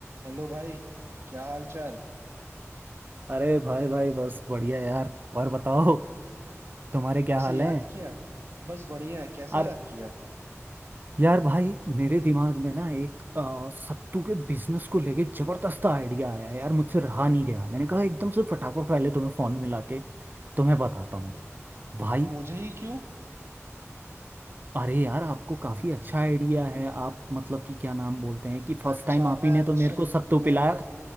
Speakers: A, on the right (about 55°); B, on the right (about 40°).
A: Hello भाई क्या हाल चाल
B: अरे भाई भाई बस बढ़िया यार और बताओ तुम्हारे क्या
A: कैसे
B: हाल
A: याद
B: है
A: किया बस बढ़िया है कैसे
B: और
A: याद किया
B: यार भाई मेरे दिमाग में ना एक अ, सत्तू के बिजनेस को लेके जबरदस्त आइडिया आया है यार मुझसे रहा नहीं गया मैंने कहा एकदम से फटाफट पहले तुम्हें फोन मिला के तुम्हें बताता हूँ भाई
A: मुझे ही क्यों
B: अरे यार आपको काफी अच्छा आइडिया है आप मतलब कि क्या नाम बोलते हैं कि फर्स्ट
A: अच्छा
B: टाइम आप
A: मैं
B: ही ने
A: अच्छा
B: तो मेरे को सत्तू
A: मैं
B: पिलाया